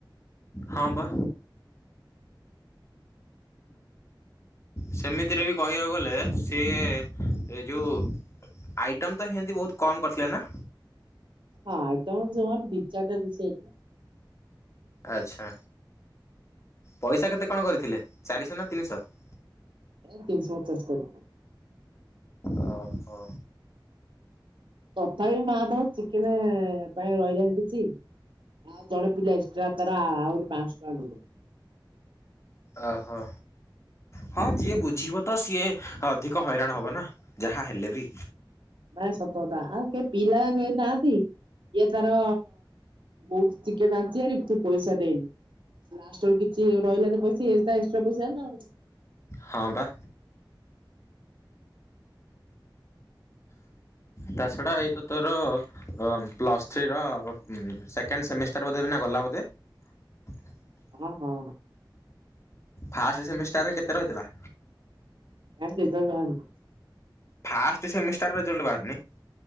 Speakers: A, on the left; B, on the right.
A: ହଁ ବା ସେମିତିରେ ବି କହିବାକୁ ଗଲେ ସିଏ ଏ ଯେଉଁ ଆଇଟମ ତ ହେଏମତି ବହୁତ କମ କରିଥିଲେ ନା
B: ହଁ ଆଇଟମ ଜମା ଦିଇ ଚାରଟା ଦିସଥିଲା
A: ଆଚ୍ଛା ପଇସା କେତେ କ ଣ କରିଥିଲେ ଚାରିଶହ ନା ତିନିଶହ
B: ଏ ତିନଶହ ପଚାଶ
A: ଓ ହୋ
B: ତଥାପି ମା ଦେହ ଚିକେନ ପାଇଁ ରହିଲାଣି କିଛି ଆଉ ଜଣେ ପିଲା ଏକ୍ସଟ୍ରା ତର ଆହୁରି ପାଞ୍ଚଶହ ଟଙ୍କା ଦେବେ
A: ଓହୋ ହଁ ଯିଏ ବୁଝିବ ତ ସିଏ ଅଧିକ ହଇରାଣ ହବ ନା ଯାହା ହେଲେ ବି
B: ନାଇ ସତକତା ଆଉ କେହିଁ ପିଲା କେ ନାହାନ୍ତି ଏଇଏ ତାର ବହୁତ ଚିକେ ନାହାନ୍ତି ଆରି ତୁ ପଇସା ଦେଇନି ଲାଷ୍ଟ ବି କିଛି ରହିଲାନି ପଇସା ଏକ୍ସଟ୍ରା ପଇସା ନା ଆଉ
A: ହଁ ବା ତା ଛଡ଼ା ଏ ତ ତୋର ଅ ପ୍ଲସ୍ ଥ୍ରୀର ସେକେଣ୍ଡ ସେମିଷ୍ଟାର ବୋଧେ ବି ନା ଗଲା ବୋଧେ <inaudible>
B: ହଁ ହଁ
A: ଫାଷ୍ଟ ସେମିଷ୍ଟାର କେତେ ରହିଥିଲା?
B: ଏ <unintelligible>
A: ଫାଷ୍ଟ ସେମିଷ୍ଟାର ରେଜଲ୍ଟ ବାହାରିନି